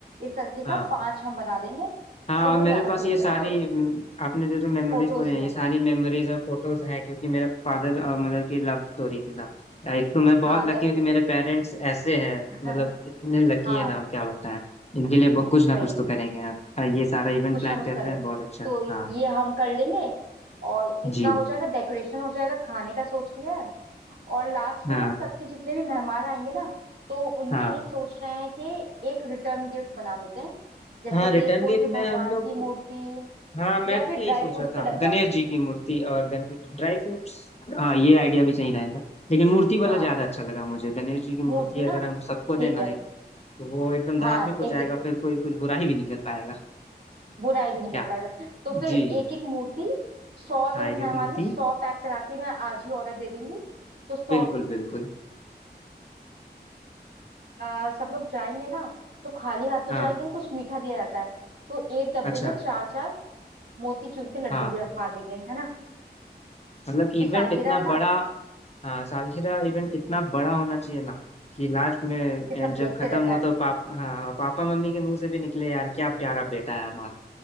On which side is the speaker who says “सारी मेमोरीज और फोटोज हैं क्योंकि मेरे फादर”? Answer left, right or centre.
Left